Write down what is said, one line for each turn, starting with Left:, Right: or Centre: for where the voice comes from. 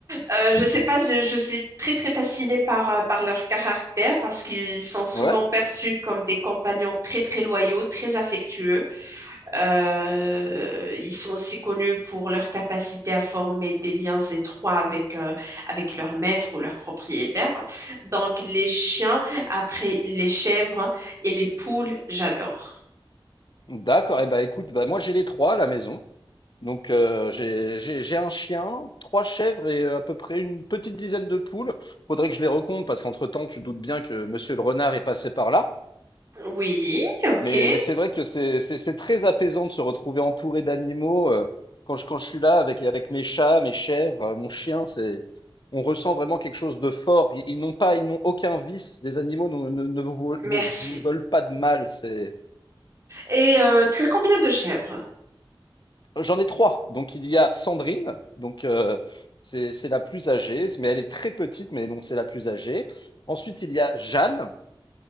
Right: Euh, je sais pas, je, je suis très très fascinée par, euh, par leur caractère parce qu'ils sont souvent
Left: Ouais.
Right: perçus comme des compagnons très très loyaux, très affectueux. Euh, ils sont aussi connus pour leur capacité à former des liens étroits avec, euh, avec leur maître ou leur propriétaire. Donc, les chiens, après les chèvres et les poules, j'adore.
Left: D'accord. Eh ben, écoute, bah, moi, j'ai les trois à la maison. Donc euh, j'ai j'ai j'ai un chien, trois chèvres et euh, à peu près une petite dizaine de poules. Faudrait que je les recompte parce qu'entre-temps, tu te doutes bien que Monsieur le renard est passé par là.
Right: Oui, ok,
Left: Mais mais c'est vrai que c'est c'est c'est très apaisant de se retrouver entouré d'animaux euh, quand je quand je suis là avec avec mes chats, mes chèvres, euh, mon chien, c'est on ressent vraiment quelque chose de fort. Ils, ils n'ont pas ils n'ont aucun vice. Les animaux ne ne ne vous
Right: merci.
Left: ne vous veulent pas de mal. C'est
Right: Et euh, tu as combien de chèvres?
Left: J'en ai trois. Donc il y a Sandrine, donc euh, c'est c'est la plus âgée, mais elle est très petite, mais bon, c'est la plus âgée. Ensuite, il y a Jeanne,